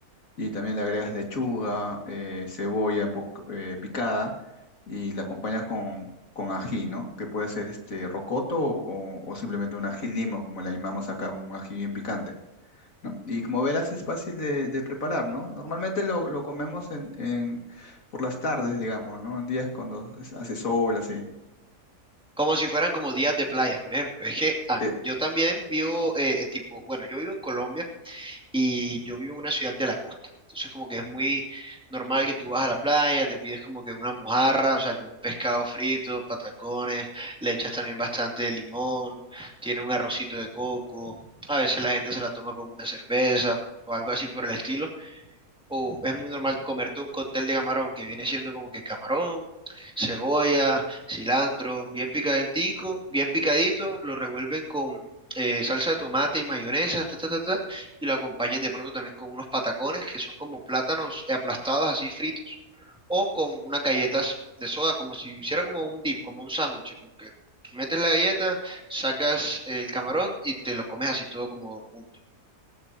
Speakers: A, on the left; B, in the centre.
A: Y también le agregas lechuga, eh, cebolla un poco, eh, picada y la acompañas con, con ají, ¿no? Que puede ser este rocoto o, o simplemente un ají limo, como le llamamos acá, un ají bien picante, ¿no? Y como verás es fácil de, de preparar, ¿no? Normalmente lo, lo comemos en, en- por las tardes, digamos, ¿no? En días cuando hace sol, así.
B: Como si fueran como días de playa, por ejemplo. Es que ah,
A: Eh,
B: yo también vivo, eh, eh, tipo, bueno, yo vivo en Colombia, y yo vivo en una ciudad de la costa. Entonces como que es muy normal que tú vas a la playa, te pides como que una mojarra, o sea, que es un pescado frito, patacones, le echas también bastante de limón, tiene un arrocito de coco, a veces la gente se la toma con una cerveza o algo así por el estilo, o es muy normal comerte un cóctel de camarón que viene siendo como que camarón, cebolla, cilantro, bien picadentico, bien picadito, lo revuelven con eh, salsa de tomate y mayonesa, ta, ta, ta, ta, y lo acompañan de pronto también con unos patacones que son como plátanos aplastados así fritos, o con unas galletas de soda, como si hiciera como un dip, como un sándwich, como que metes la galleta, sacas el camarón y te lo comes así todo como junto.